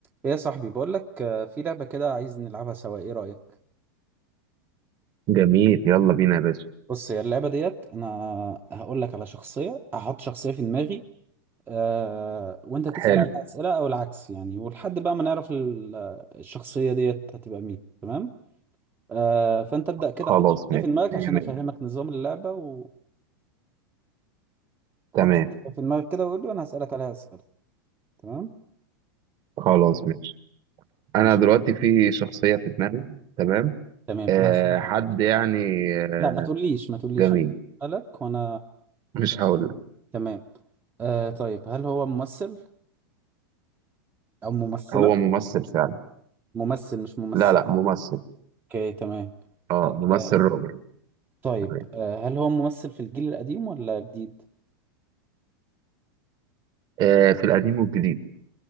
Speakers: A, on the right; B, on the right.
A: ايه يا صاحبي بقول لك في لعبة كده عايز نلعبها سوا ايه رأيك
B: جميل يلا بينا يا باشا
A: بص هي اللعبة ديت انا هقول لك على شخصية هحط شخصية في دماغي آه وانت تسأل
B: حلو
A: عليها أسئلة او العكس يعني ولحد بقى ما نعرف ال- آه، الشخصية ديت هتبقى مين تمام آه فانت ابدأ كده
B: خلاص
A: حط شخصية
B: ماشي
A: في دماغك
B: مية
A: عشان
B: مية.
A: افهمك نظام اللعبة وحط
B: تمام
A: شخصية في دماغك كده وقول لي وانا هسألك عليها أسئلة تمام
B: خلاص ماشي انا
A: ماشي
B: دلوقتي في شخصية في دماغي تمام
A: تمام
B: أه
A: انا هسألك
B: حد
A: على
B: يعني آه،
A: لا ما تقوليش ما تقوليش
B: جميل
A: انا هسألك وانا
B: مش هقول لك.
A: تمام آه طيب هل هو ممثل او ممثلة
B: هو ممثل فعلا
A: ممثل مش ممثل
B: لا لا ممثل
A: اوكي تمام
B: اه ممثل
A: آه،
B: راجل
A: طيب
B: تمام.
A: آه، هل هو ممثل في الجيل القديم ولا جديد
B: أه في القديم والجديد